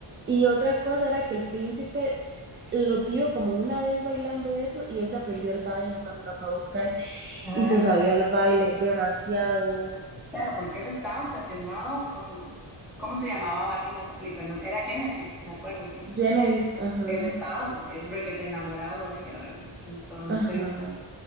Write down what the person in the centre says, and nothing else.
ajá.
Claro, porque él estaba obsesionado con, ¿cómo se llamaba Barbie en esa película? No, era Genevieve, me acuerdo, sí.
él estaba eh, requete enamorado de ella, ¿verdad? Entonces,